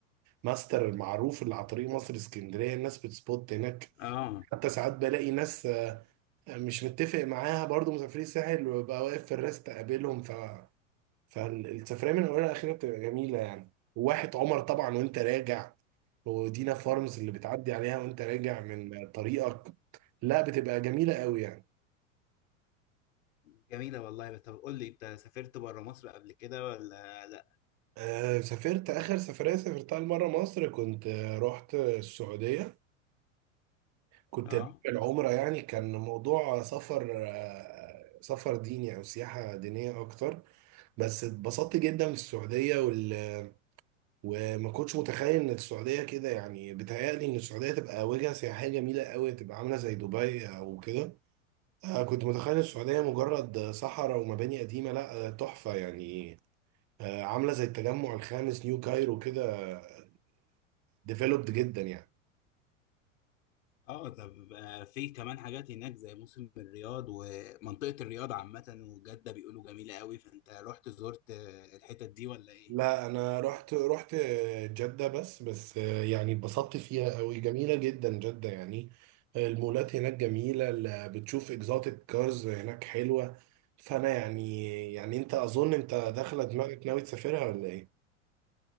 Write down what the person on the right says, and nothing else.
الماستر المعروف اللي على طريق مصر اسكندرية الناس بتسبوت هناك
حتى ساعات بلاقي ناس آه، مش متفق معاها برضو مسافرين الساحل وببقى واقف في الراس تقابلهم ف فالسفرية من أولها لآخرها بتبقى جميلة يعني وواحة عمر طبعا وأنت راجع ودينا فارمز اللي بتعدي عليها وأنت راجع من طريقك لا بتبقى جميلة قوي يعني
آه سافرت آخر سفرية سافرتها لمرة مصر كنت آه، رحت السعودية كنت
بعمل عمرة يعني كان موضوع سفر آه سفر ديني أو سياحة دينية أكتر بس اتبسطت جدا في السعودية وال... وما كنتش متخيل إن السعودية كده يعني بيتهيألي إن السعودية تبقى وجهة سياحية جميلة قوي تبقى عاملة زي دبي أو كده آه كنت متخيل السعودية مجرد صحراء ومباني قديمة لا آه، تحفة يعني آه، عاملة زي التجمع الخامس نيو كايرو كده آه، ديفلوبد جدا يعني
لا انا رحت رحت جدة بس بس يعني اتبسطت فيها قوي جميلة جدا جدة يعني المولات هناك جميلة ال- بتشوف اكزوتيك كارز هناك حلوة فانا يعني يعني انت اظن انت داخلة دماغك ناوي تسافرها ولا ايه؟